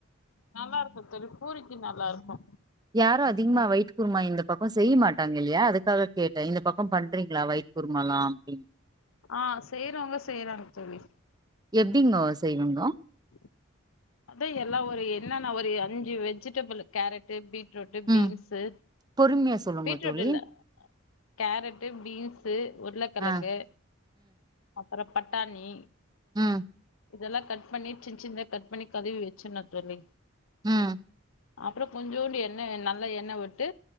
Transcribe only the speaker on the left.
நல்லா இருக்கு தோழி பூரிக்கு நல்லா இருக்கு
ஆ செய்றவங்க செய்றாங்க தோழி
<inaudible> அதா எல்லா ஒரு என்னென்னா ஒரு அஞ்சு வெஜிடபிள் கேரட் பீ பீட்ரூட்டு
பீன்ஸு
பீட்ரூட்
இல்ல கேரட்டு பீன்ஸு உருளக்கெழங்கு
அப்பறோ பட்டாணி
இதெல்லா கட் பண்ணி சின் சின்தா கட் பண்ணி கழுவி வச்சுடணூ தோழி
அப்றோ கொஞ்சோண்டு எண்ணெ வே நல்லா எண்ணெ விட்டு